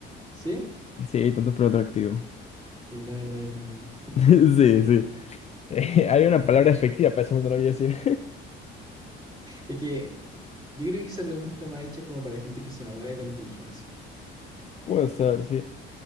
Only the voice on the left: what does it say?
Sí, tonto pero atractivo.
<laughs> Sí, sí. <laughs> Hay una palabra efectiva, para eso no te lo voy a decir.
<laughs> Puede ser, sí.